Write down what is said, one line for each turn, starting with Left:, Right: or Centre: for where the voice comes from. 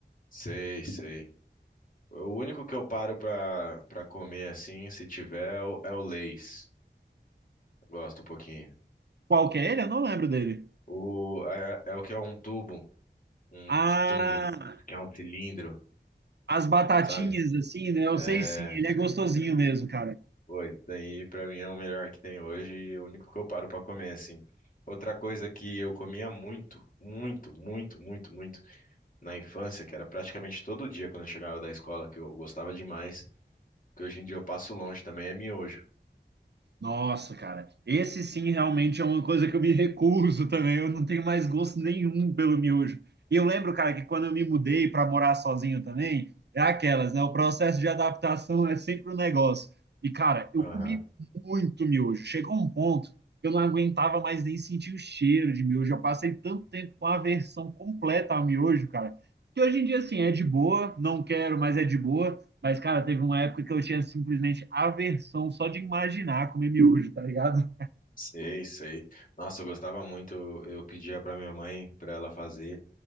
Left: Sei, sei. O único que eu paro pra, pra comer assim, se tiver, é o é o Lay's. Gosto um pouquinho.
Right: Qual que é ele? Eu não lembro dele.
Left: O, é, é o que é um tubo, um
Right: Ah,
Left: tumbo que é um cilindro,
Right: as batatinhas,
Left: sabe?
Right: assim, né? Eu
Left: É,
Right: sei sim, ele é gostosinho mesmo, cara.
Left: pô, isso daí pra mim é o melhor que tem hoje e o único que eu paro pra comer, assim. Outra coisa que eu comia muito, muito, muito, muito, muito na infância, que era praticamente todo dia quando eu chegava da escola, que eu gostava demais, que hoje em dia eu passo longe também, é miojo.
Right: Nossa, cara, esse sim realmente é uma coisa que eu me recuso também. Eu não tenho mais gosto nenhum pelo miojo. E eu lembro, cara, que quando eu me mudei para morar sozinho também, é aquelas, né? O processo de adaptação é sempre um negócio. E, cara, eu
Left: Aham,
Right: comi muito miojo. Chegou um ponto que eu não aguentava mais nem sentir o cheiro de miojo. Eu passei tanto tempo com a aversão completa ao miojo, cara, que hoje em dia, assim, é de boa, não quero, mas é de boa. Mas, cara, teve uma época que eu tinha simplesmente aversão só de imaginar comer miojo, tá ligado?
Left: sei, sei. Nossa, eu gostava muito, eu pedia pra minha mãe, pra ela fazer